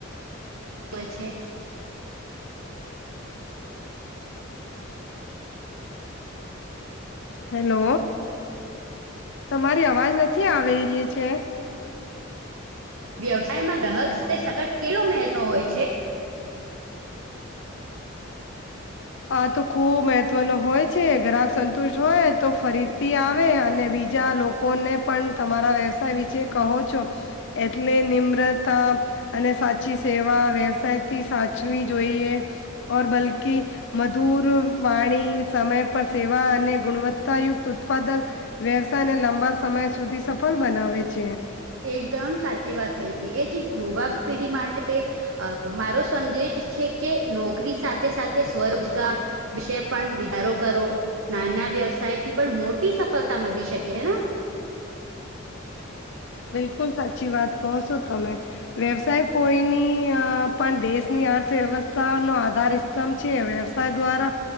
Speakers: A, on the right (about 80°); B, on the left (about 65°).
A: હોય છે.
B: હેલો, તમારી અવાજ નથી આવી રહી છે.?
A: વ્યવસાયમાં, ગ્રાહક સાથે સંકટ કેટલો મહત્વ હોય છે?
B: આ તો ખૂબ મહત્વનો હોય છે. ગ્રાહક સંતુષ્ટ હોય, તો ફરીથી આવે અને બીજા લોકો લોકોને પણ તમારા વ્યવસાય વિશે કહો છો, એટલે નિમ્રતા અને સાચી સેવા વ્યવસાયથી સાચવી જોઈએ, ઓર બલકી મધુર વાણી, સમય પર સેવા અને ગુણવત્તાયુક્ત ઉત્પાદક, વ્યવસાયને લંબા સમય સુધી સફળ બનાવે છે.
A: એકદમ સાચી વાત થઈ ગઈ છે, યુવા પેઢી માટે અ મારો સંદેશ છે કે, નોકરી સાથે સાથે સ્વરોજગાર વિશે પણ વિચારો કરો. નાના વ્યવસાય થી પણ મોટી સફળતા મળી શકે હે ના?
B: બિલકુલ સાચી વાત કહો છો તમે. વ્યવસાય કોઈની અ પણ દેશની અર્થવ્યવસ્થાનો આધારી છે. વ્યવસાય દ્વારા